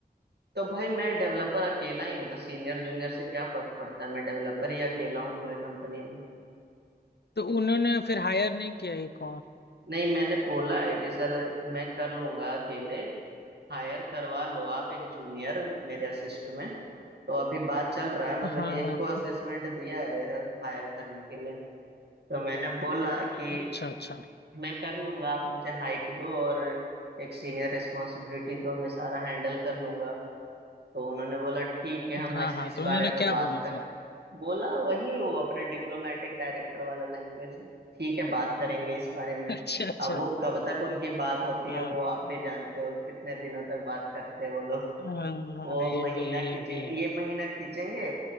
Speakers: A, on the right; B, on the left.
A: तो भाई मैं डेवलपर अकेला ही हूँ ना सीनियर जूनियर से क्या फर्क पड़ता है मैं डेवलपर ही अकेला हूँ पूरे कंपनी में
B: तो उन्होंने फिर हायर नहीं किया एक और
A: नहीं मैंने बोला है कि सर मैं कर लूंगा अकेले हायर करवा लो आप एक जूनियर मेरे असिस्ट में तो अभी बात चल रहा है मतलब
B: हाँ
A: कि एक
B: हाँ
A: को
B: हाँ
A: असेसमेंट दिया है हायर करने के लिए तो मैंने बोला कि
B: अच्छा अच्छा
A: मैं कर लूंगा आप मुझे हाइक दो और एक सीनियर रिस्पॉन्सिबिलिटी दो मैं सारा हैंडल कर लूंगा तो उन्होंने बोला ठीक है हम
B: हाँ
A: इस,
B: हाँ
A: इस
B: तो उन्होंने
A: बारे में
B: क्या
A: बात
B: बोला
A: कर
B: फिर <laughs>
A: बोला वही वो अपने डिप्लोमेटिक डायरेक्टर वाला लैंग्वेज ठीक है बात करेंगे इस बारे में
B: अच्छा अच्छा
A: अब वो कब तक उनकी बात होती
B: हाँ
A: है वो आप भी जानते हो कितने दिनों तक बात करते हैं वो
B: हाँ हाँ
A: वो
B: ये
A: महीना
B: भी है
A: खींचेंगे
B: ये भी है
A: ये महीना खींचेंगे